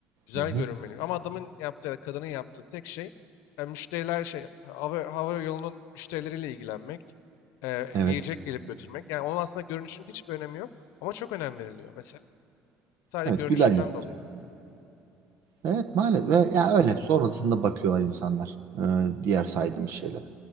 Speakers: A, on the left (about 85°); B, on the right (about 60°).
A: Güzel
B: Hı-hı.
A: görünmeli. Ama adamın yaptığı, ya da kadının yaptığı tek şey e, müşteriler şey hava, hava yolunun müşterileriyle ilgilenmek, e,
B: Evet.
A: yiyecek gelip götürmek. Yani onun aslında görünüşün hiçbir önemi yok ama çok önem veriliyor mesela. Sadece
B: Evet.
A: görünüşünden
B: Güler yüz.
A: dolayı.
B: Evet maalesef ve ya öyle sonrasında bakıyorlar insanlar e, diğer saydığım şeylere.